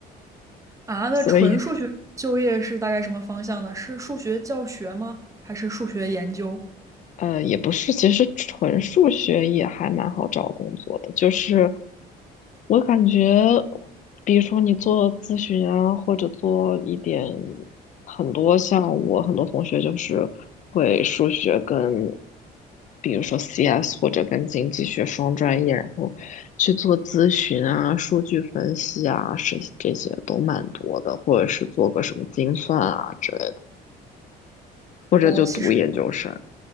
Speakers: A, on the right (about 20°); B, on the left (about 45°).
A: 啊，那纯数学就业是大概什么方向呢？
B: 所以
A: 是数学教学吗？还是数学研究？
B: 呃，也不是，其实纯数学也还蛮好找工作的。就是我感觉，比如说你做咨询啊，或者做一点很多像我很多同学就是会数学跟，比如说 CS 或者跟经济学双专业，然后去做咨询啊、数据分析啊，是这些都蛮多的，或者是做个什么精算啊之类的，或者就读研究生。
A: 哦，其实。